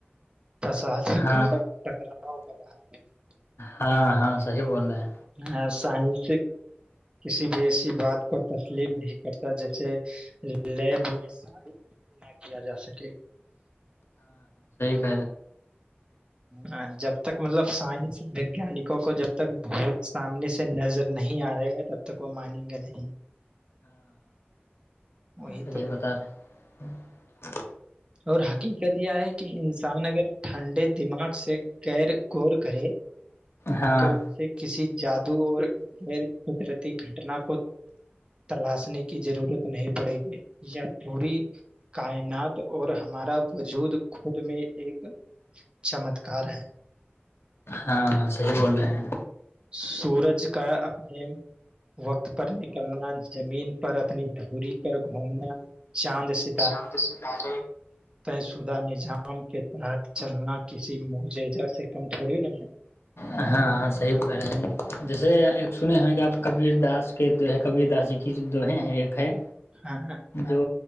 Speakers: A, on the right; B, on the left.
A: تاد
B: ہاں
A: ٹکرا <unintelligible> <unintelligible>
B: ہاں ہاں صحیح بول رہے ہیں
A: ہاں سائنس کسی بھی ایسی بات کو تسلیم نہیں کرتا جیسے لیب میں ساد نہ کیا جا سکے
B: پیر
A: ہ جب ب تک مطلب سائنس وگیانکوں کو جب تک بھوت سامنے سے نظر نہیں آئے گا تب تک وہ مانیں گے نہیں وہی
B: ص یہی
A: تو
B: بتا رہے ہ
A: اور حقیقت یہ ہے کہ انسان اگر ٹھنڈے ت سے یر گور کرے
B: ہاں
A: تو اس سے کسی جد دو اور غیر قدرتی گ کو تلاشنے کی ضرورت نہیں پڑے گی یا پوری کائنات اور ہمارا وجود خود میں ایک چمتکار ہے
B: ہاں صیح بول رہے ہیں
A: سورج کا اپنے وقت پر نکلنا زمین پر اپنی دھوری کر گھومنا چاند سے
B: ہم تو سکار
A: طے شدہ نظام کے تحت چلنا کسی معججہ سے کم تھوڑی نہیں ہے
B: ہاں ہاں صحیح کہہ رہے ہیں جیسے ایک سنے ہووں کہ آپ کبیر داس کے دو ہے کبیر داس جی کی دوہیں ہیں ایک ہے
A: ہاں
B: جو